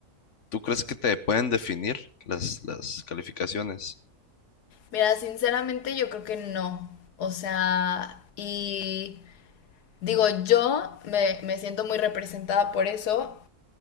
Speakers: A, on the left; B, on the left.
A: ¿Tú crees que te pueden definir las, las calificaciones?
B: Mira, sinceramente yo creo que no. O sea, y digo, yo me, me siento muy representada por eso